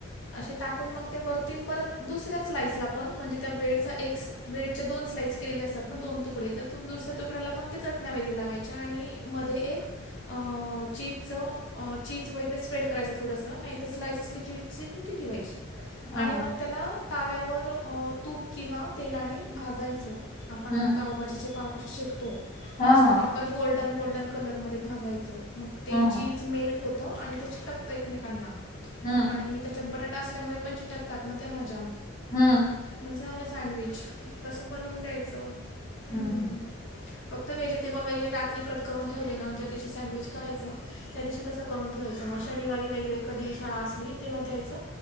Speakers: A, on the left; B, on the left.
A: असे टाकून मग ते वरती परत दुसऱ्या स्लाईस ला पण म्हणजे त्या ब्रेडचा एक स्ल ब्रेडचे दोन स्लाईस केलेली असतात ना दोन तुकडे त्या दुसऱ्या तुकड्याला पण ते चटण्या वगैरे लावायच्या आणि मध्ये एक अ चीजचं, चीज वगैरे स्प्रेड करायचं थोडंसं नाहीतर स्लाइस असली चीज चीज मग ती ठेवायची.
B: हा
A: आणि मग त्याला ताव्यावर तूप किंवा तेलाने भाजायचं. आपण
B: हम्म
A: पावभाजीचे पाव कसे शेकतो.
B: हा
A: तसे
B: हा
A: प्रॉपर गोल्डन-गोल्डन कलर मध्ये भाजायचं, मग ते
B: हा
A: चीज
B: हा
A: मेल्ट होतं आणि ते चिटकतं एकमेकांना,
B: हम्म
A: आणि त्याच्यात बटाटा असल्यामुळे पण चिटकतात ना त्या भाज्या.
B: हम्.
A: म्हणजे आलं सँडविच तसं बनवून द्यायचं हम्म.
B: हम हम
A: फक्त व्हेजिटेबल वगैरे रात्री कट करून ठेवले ना ज्या दिवशी सँडविच करायचं त्या दिवशी तसं करून ठेवायचं मग शनिवारी वगैरे कधी शाळा असली तेव्हा द्यायचं